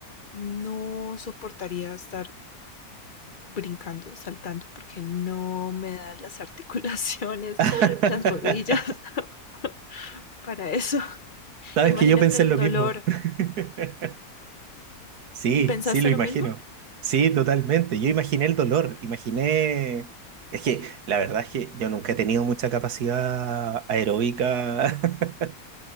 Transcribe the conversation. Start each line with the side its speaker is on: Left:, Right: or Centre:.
Left: no soportaría estar brincando y saltando porque no me dan las <laughs> articulaciones,
Right: <laughs>
Left: las rodillas <laughs> para eso.
Right: Sabes
Left: Imagínate
Right: que yo pensé
Left: el
Right: en lo
Left: dolor.
Right: mismo. <laughs> Sí,
Left: ¿Pensaste
Right: sí, lo imagino.
Left: lo mismo?
Right: Sí, totalmente. Yo imaginé el dolor, imaginé... Es que la verdad es que yo nunca he tenido mucha capacidad aeróbica <laughs>